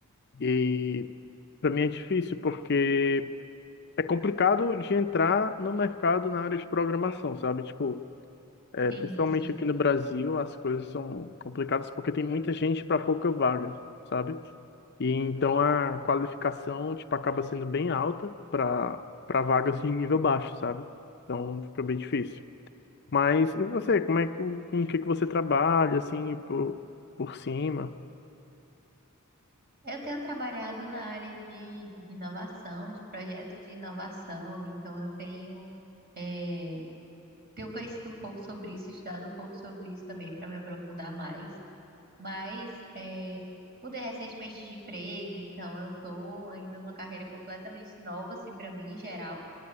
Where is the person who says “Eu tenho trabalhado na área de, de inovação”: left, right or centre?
Right